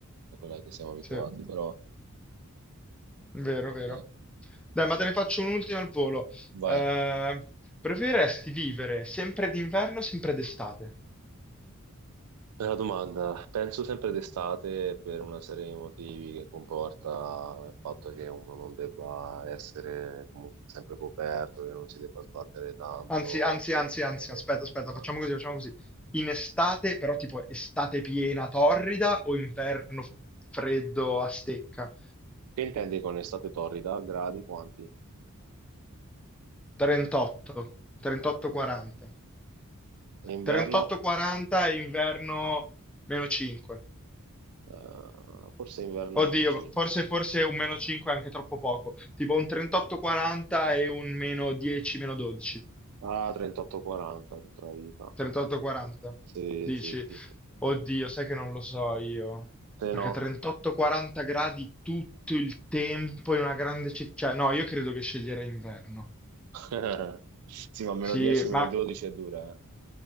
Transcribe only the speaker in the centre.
Sì,
vero, vero.
Dai, ma te ne faccio un'ultima al volo.
Eh, preferiresti vivere sempre d'inverno o sempre d'estate?
Anzi, anzi,
anzi,
anzi, aspetta, aspetta,
facciamo così, facciamo così. In estate, però tipo estate piena, torrida o inverno f- freddo a stecca?
38, 38-40.
38-40 e inverno meno 5.
Oddio,
forse, forse un meno 5 è anche troppo poco. Tipo un 38-40 e un meno 10, meno 12.
38-40.
Dici,
oddio,
sai che non lo so io.
Perché
38-40 gradi tutto il tempo in una grande città. Cioè, no, io credo che sceglierei inverno.
Sì,
ma